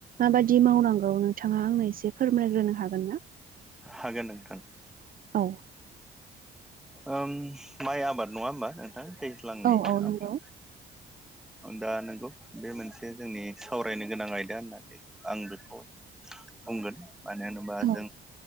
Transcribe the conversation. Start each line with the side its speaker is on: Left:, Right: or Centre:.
Right: माबायदि मावनांगौ नोंथाङा आंनो एसे फोरमायग्रोनो हागोनना?
Centre: हागोन नोंथां।
Right: औ
Centre: ओम माइ आबाद नङा ओमबा नोंथां दैज्लांनि
Right: औ औ नंगौ
Centre: आबाद दा नंगौ बे मोनसे जोंनि सावरायनो गोनां आयदा होननानै आं बेखौ बुंगोन। मानो होनोबा
Right: औ
Centre: जों